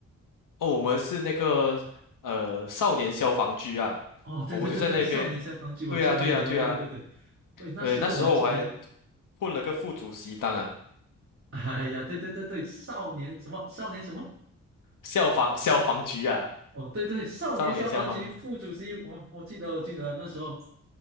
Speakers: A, on the left; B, on the right.
A: 哦，我们是那个呃少年消防局啊，
B: 哦，对对对对，
A: 我们就在那边。
B: 少年消防局，我记得你了，
A: 对呀，对呀，对呀，
B: 对对对对，喂，那时候我还记得，
A: 对，那时候我还混了个副主席当啊，
B: 哎呀，对对对对，少年什么少年什么，
A: 消防消防局啊，
B: 哦，对对，少年消防局副主席，
A: 少年消防。
B: 我我记得我记得那时候